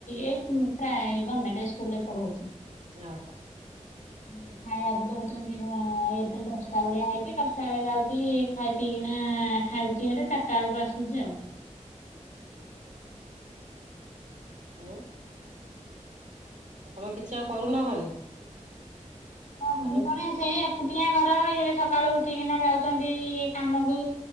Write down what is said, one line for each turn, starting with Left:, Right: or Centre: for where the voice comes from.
Left: ଏଇ ହୁଁପ୍ରାୟେ ଗଭର୍ଣ୍ଣମେଣ୍ଟ ସ୍କୁଲରେ ପଢଉଛି।
Right: ଓହୋ।
Left: ଏ ଖାଇବାକୁ ଦଉଛନ୍ତି ଭଁ ଏବେ ଦଶଟା ବେଳିଆ ହେଇଛି ଦଶଟା ବେଳେ ଯାଉଛି ଖାଇ ପିଇକିନା ଖାଉଛି ହେଠେ ଚାରିଟା ବେଳକୁ ଆସୁଛି ଆଉ।
Right: ହଁ ଆଉ। ଆଉ ତମେ କିଛି ଆଉ କରୁନା ଘରେ?
Left: ନା ଭନି
Right: ଆଉ
Left: କଣ <inaudible> ସେଇଆ ଏକୁଟିଆ ଘର ଇଏ ସକାଳୁ ଉଠିକିନା ଯାଉଛନ୍ତି କାମକୁ